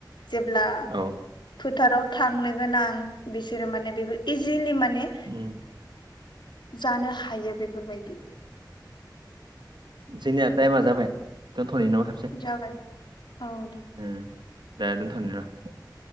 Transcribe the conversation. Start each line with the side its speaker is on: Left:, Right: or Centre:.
Left: जेब्ला
Right: औ
Left: फोथ फोथाराव थांनो गोनां बिसोरो माने बेफोर इजिलि माने।
Right: उम
Left: जानो हायो बेफोरबायदि।
Right: जेनिया टाइमा जाबाय दोनथ' हरै न' आव <unintelligible>
Left: जाबाय औ दे
Right: ओम दे दोनथ'नि र'